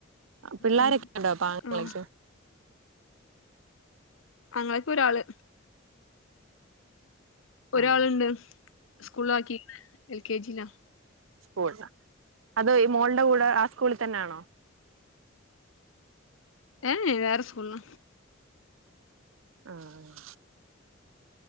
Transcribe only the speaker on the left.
പിന്നെ
ആ ആങ്ങളക്ക് ഒരാള് ഒരാള്ണ്ട്
സ്കൂൾളാക്കിക്ക്ണ് എൽ കെ ജിലാ
ഏഹേ വേറെ സ്കൂൾളാ